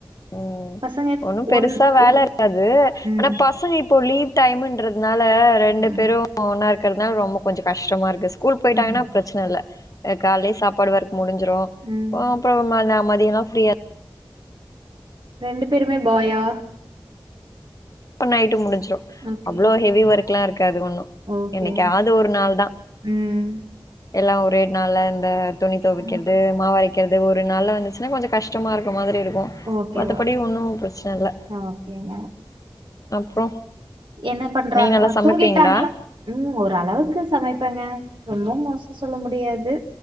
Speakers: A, on the left; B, on the right.
A: ம்
B: பசங்க
A: ஒன்னு பெருசா
B: ஒன்
A: வேலருக்காது
B: ஒரு ம்.
A: ஆனா பசங்க இப்போ லீவ் டைமுன்றதுனால ரெண்டு
B: ம்.
A: பேரூ ஒன்னாரு ரொம்ப கொஞ்சோ கஷ்டமாருக்கு ஸ்கூல் போய்ட்டாங்னா
B: ம்.
A: ப்ரச்சன இல்ல கால்லே சாப்பாடு ஒர்க் முடிஞ்சிரூ
B: ம்.
A: ஆ அப்றோ நா மதியோலா ஃப்ரீயா
B: ரெண்டு பேருமே பாயா
A: ப்ப நைட்டு முடிஞ்சு <unintelligible>
B: ஓகே.
A: அவ்ளோ ஹெவி ஒர்க்லா இருக்காது ஒன்னு
B: ஓகே.
A: என்னைக்காவது ஒரு நாள் தா
B: ம்.
A: எல்லா ஒ ரு நாள்ல‌ இந்த துணி தொவைக்றது
B: ம்.
A: மாவரைக்குறது ஒரு நாள்ல வந்துச்சுன்னா கொஞ்சோ கஷ்டமாருக்க மாதிரி இருக் கு
B: ஓகே.
A: மத்தபடி
B: ஓ
A: ஒன்னு‌ ப்ரச்சன இல்ல
B: ஓகேங்க.
A: அப்றோ
B: என்ன பண்றாங்கா
A: நீங்க நல்லா சமைப்பீங்களா
B: தூங்கிட்டாங்களா ம் ஓரளவுக்கு சமைப்பேங்க ரொம்ப மோசோ சொல்ல முடியாது